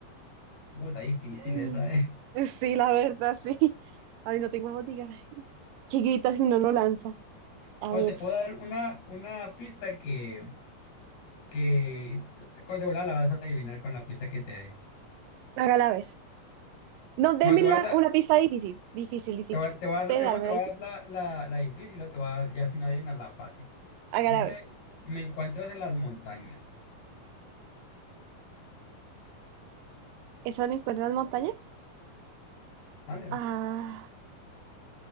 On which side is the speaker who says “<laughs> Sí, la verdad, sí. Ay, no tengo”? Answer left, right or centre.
Right